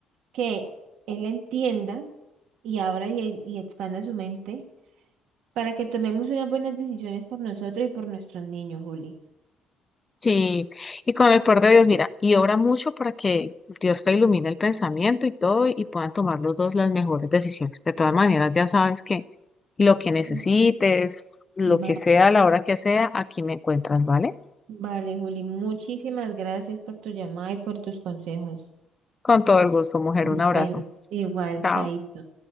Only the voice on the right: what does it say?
que él entienda y abra y, y expanda su mente para que tomemos unas buenas decisiones por nosotros y por nuestros niños, Juli.
Mm.
Vale,
vale, Juli. Muchísimas gracias por tu llamada y por tus consejos.
Ujú.
Bueno, igual,
Chaito.